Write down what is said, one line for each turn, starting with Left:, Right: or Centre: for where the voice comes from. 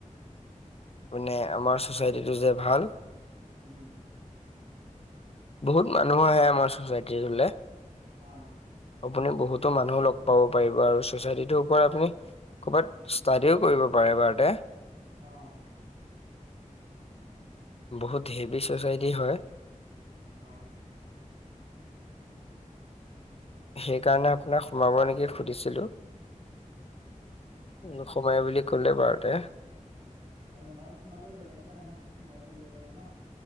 Left: মানে আমাৰ চচাইটিটো যে ভাল
Right: উম
Left: বহুত মানুহো আহে আমাৰ চচাইটি হলে
Right: অ
Left: আপুনি বহুত টো মানুহ লগ পাব পাৰিব আৰু চচাইটি টো কৰা খিনিক কবাত স্তাইদেও কৰিব পাৰে বাৰতে।
Right: অ'।
Left: বহুত হেভি ছ'চাইটি হয়।
Right: হয়।
Left: সেইকাৰণে আপোনাক সোমাব নেকি সুধিছিলোঁ
Right: অ মই
Left: নো সোমাই বুলি কলে বাৰুতে
Right: মই মন সোমালেও বেলেগ এটা মানুহক সোমাই কৰি দিব পাৰিম ন।